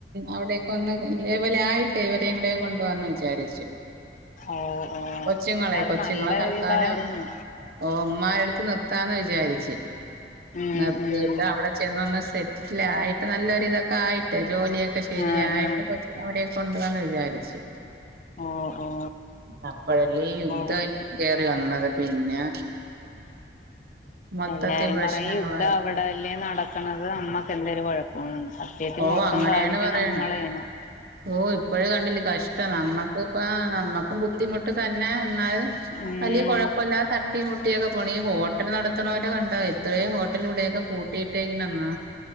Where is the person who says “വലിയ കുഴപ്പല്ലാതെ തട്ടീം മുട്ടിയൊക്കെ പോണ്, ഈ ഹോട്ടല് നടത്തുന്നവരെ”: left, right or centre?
Right